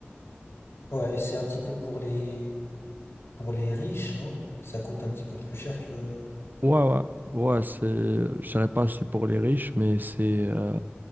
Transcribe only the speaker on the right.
Ouais, ouais, ouais, c'est, je dirais pas c'est pour les riches, mais c'est, euh,